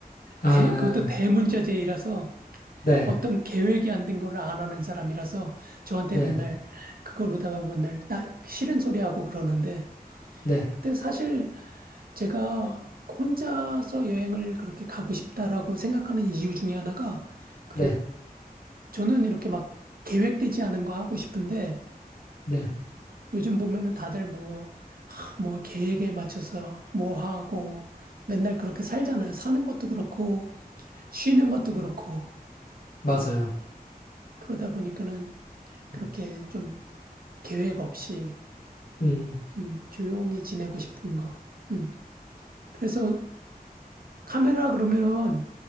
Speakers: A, on the left (about 65°); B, on the right (about 65°).
A: 아,
B: 대, 그것도 대문자 J라서
A: 네,
B: 어떤 계획이 안 된 거를 안 하는 사람이라서 저한테
A: 네,
B: 맨날 그걸로다가 맨날 나 싫은 소리 하고 그러는데
A: 네,
B: 근데 사실 제가 혼자서 여행을 그렇게 가고 싶다라고 생각하는 이유 중에 하나가 그
A: 네,
B: 저는 이렇게 막 계획되지 않은 거 하고 싶은데
A: 네,
B: 요즘 보면은 다들 뭐, 하, 뭐 계획에 맞춰서 뭐 하고 맨날 그렇게 살잖아요. 사는 것도 그렇고 쉬는 것도 그렇고
A: 맞아요.
B: 그러다 보니까는 그렇게
A: 음,
B: 좀 계획 없이
A: 음,
B: 음, 조용히 지내고 싶은 거. 음. 그래서 카메라 그러면